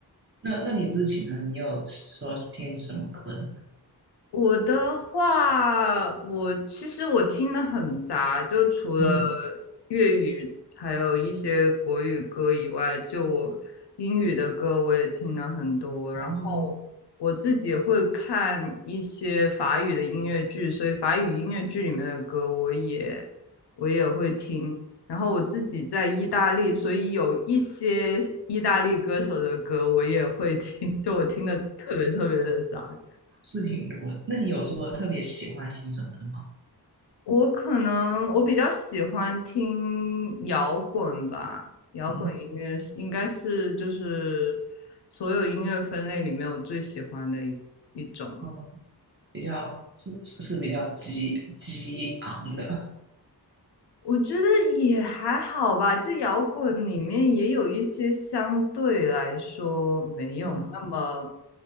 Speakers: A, on the right; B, on the left.
A: 那那你自己呢？你有说听什么歌呢？
B: 我的话，我其实我听的很杂，就除了
A: 嗯，
B: 粤语还有一些国语歌以外，就我英语的歌我也听了很多，
A: 哦。
B: 然后。我自己会看一些法语的音乐剧，所以法语音乐剧里面的歌我也我也会听。然后我自己在意大利，所以有一些意大利歌手的歌我也会听，<laughs> 就我听的特别特别的杂。
A: 是挺多的。那你有说特别喜欢听什么的吗？
B: 我可能我比较喜欢听摇滚吧，摇滚音乐是应该是就是所有音乐分类里面我最喜欢的一一种了。
A: 嗯，哦，比较是是是比较激激昂的。
B: 我觉得也还好吧，就摇滚里面也有一些相对来说没有那么，
A: 啊，